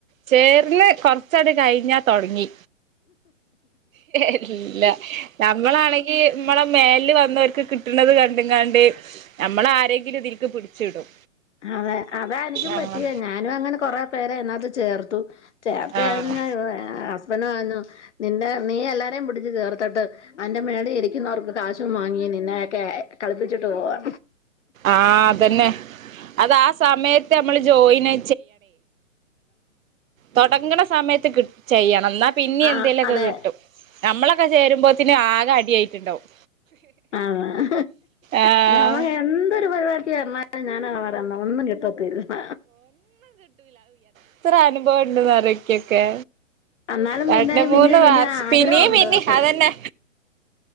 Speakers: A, on the right; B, on the left.
A: ചേര്ല് കൊർച്ചട് കഴിഞ്ഞാ തൊടങ്ങി. എല്ലാം നമ്മളാണെങ്കി അമ്മളെ മേൽല് വന്നോർക്ക് കിട്ട്ണത് കണ്ട്ങ്ങാണ്ട് അമ്മളരെങ്കിലും ഇതിൽക്ക് പിടിച്ചിടും.
B: അതെ അതാ എനിക്കും
A: ആഹ്
B: പറ്റിയത് ഞാനും അങ്ങനെ കൊറെ പേരെ ഇതിനകത്ത് ചേർത്തു. ചേർത്ത്
A: ആഹ്
B: കഴിഞ്ഞു <unintelligible> <unintelligible> നിന്റെ നീ എല്ലാരേം പിടിച്ച് കേർത്തട്ട് അന്റെ മേഡെ ഇരിക്കുന്നവർക്ക് കാശും വാങ്ങി നിന്നെയെക്കെ കളിപ്പിച്ചിട്ട് പോവാ
A: ആഹ് അതന്നെ അത് ആ സമയത്ത് നമ്മള് ജോയിന് തൊടങ്ങ്ണ സമയത്ത് കിട് ചെയ്യാ. നന്നാ പിന്നീ
B: ആഹ്
A: എന്തേലൊക്കെ
B: അതെ
A: കിട്ടും. നമ്മളൊക്കെ ചേരുമ്പോത്തിന് ആകെ അടിയായിട്ടുണ്ടാവും.
B: ആഹ്
A: ആഹ്
B: ഞമ്മ എന്തൊരു പരിപാടിക്ക് ചേർന്നാ അത് ഞാനാണ പറയന്ന ഒന്നും കിട്ടത്തില്ല.
A: ഇത്ര അനുഭവം ഇണ്ട്ന്നറിയോ ഇക്ക്യോക്കെ
B: എന്നാലും
A: രണ്ട്
B: പിന്നെയും
A: മൂന്ന്
B: പിന്നെയും പിന്നെയും
A: വർഷ്.
B: ആഗ്രഹമുണ്ട്
A: പിന്നിയിം പിന്നിം
B: പക്ഷെ
A: അതന്നെ